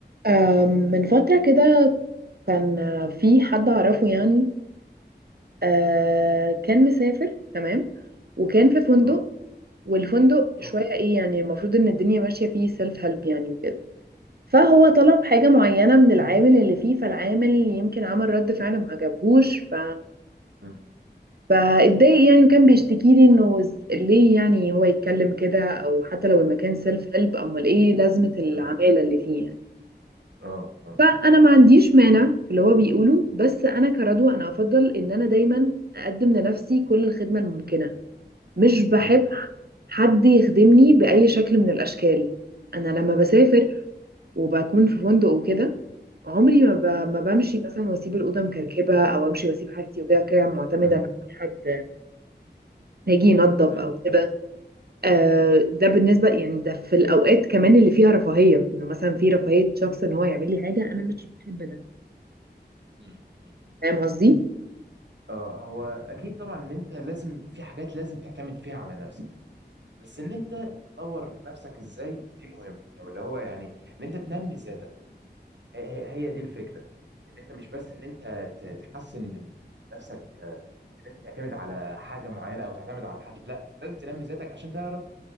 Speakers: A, on the right; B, on the right.
A: آم، من فترة كده كان آه، في حد أعرفه يعني آه، كان مسافر تمام وكان في فندق
B: اه
A: والفندق شوية
B: مم.
A: إيه يعني المفروض إن الدنيا ماشية فيه سيلف هيلب يعني وكده فهو طلب
B: مم.
A: حاجة معينة من العامل اللي فيه فالعامل يمكن عمل رد فعل ما عجبهوش ف...
B: مم.
A: فاتضايق يعني وكان بيشتكي لي إنه إز- ليه يعني هو يتكلم كده أو حتى لو المكان سيلف
B: مم.
A: هيلب أمال إيه لازمة العمالة
B: مم.
A: اللي فيه يعني
B: اه اه
A: فانا ما عنديش مانع في اللي هو بيقوله بس انا كردوه انا افضل ان انا دايما اقدم لنفسي كل الخدمه الممكنه مش بحب
B: مم.
A: حد يخدمني باي شكل من الاشكال انا لما بسافر
B: مم.
A: وبكون في فندق وكده عمري ما, ب... ما بمشي
B: مم.
A: مثلا واسيب الاوضه مكركبه او امشي واسيب حاجتي وكده كده معتمده
B: مم.
A: ان في حد هيجي ينظف
B: مم.
A: او كده آه ده بالنسبه يعني ده في الاوقات كمان اللي فيها رفاهيه انه مثلا في رفاهيه شخص ان هو يعمل لي حاجه انا مش بحب ده
B: مم. مم.
A: فاهم قصدي؟
B: اه هو اكيد طبعا ان انت لازم في حاجات لازم تعتمد فيها على نفسك بس ان انت تطور نفسك ازاي دي مهم او اللي هو يعني ان انت تنمي ذاتك هي, هي هي دي الفكره ان انت مش بس ان انت ت- تحسن من نفسك آه، ان انت تعتمد على حاجه معينه او تعتمد على حد لا انت لازم تنمي ذاتك عشان تعرف